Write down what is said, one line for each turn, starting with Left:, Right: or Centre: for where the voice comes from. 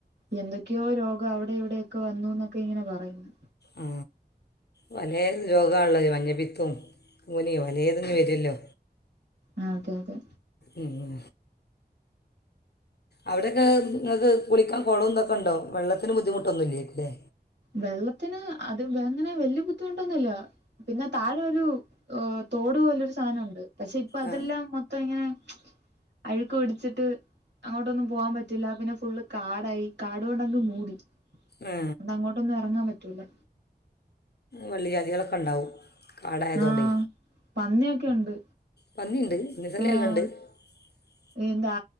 Right: എന്തൊക്കെയോ രോഗം അവിടെ ഇവിടെയൊക്കെ വന്നു ഇന്നൊക്കെ ഇങ്ങനെ പറയുന്നു.
Left: ആ പലേ രോഗാ ഇള്ളത് മഞ്ഞ പിത്തും കുനി. പലേതും ഇങ്ങെ വെരൊല്ലോ.
Right: ആ അതെ അതെ.
Left: ഉം അവിടെ ഒക്കെ ഇങ്ങൾക്ക് കുളിക്കാൻ കൊളവും ഇതൊക്കെ ഇണ്ടോ. വെള്ളത്തിന് ബുദ്ധിമുട്ടൊന്നും ഇല്ലേക്കുലേ.
Right: വെള്ളത്തിന് അത് ഇങ്ങനെ വല്യ ബുദ്ധിമുട്ടൊന്നുല്ല. പിന്നെ താഴെ ഒരു. തോട് പോലെ ഒരു സാധന ഉണ്ട്. പക്ഷെ ഇപ്പൊ അതെല്ലാം
Left: ആ
Right: മൊത്തം ഇങ്ങനെ അഴുക്ക് പിടിച്ചിട്ട് അങ്ങോട്ടൊന്നും പോവാാൻ പറ്റില്ല. പിന്നെ ഫുള്ള് കാടായി. കാടുകൊണ്ടങ്ങ് മൂടി.
Left: ആ
Right: അത് അങ്ങോട്ടൊന്നും എറങ്ങാൻ പറ്റൂല്ല.
Left: വള്ളിജാതികളൊക്കെ ഉണ്ടാവും. കാടായതുകൊണ്ടേ
Right: ആഹ് പന്ന്യാെക്കെ ഇണ്ട്.
Left: പന്നിണ്ട്.
Right: ആഹ്
Left: ആ
Right: എന്താ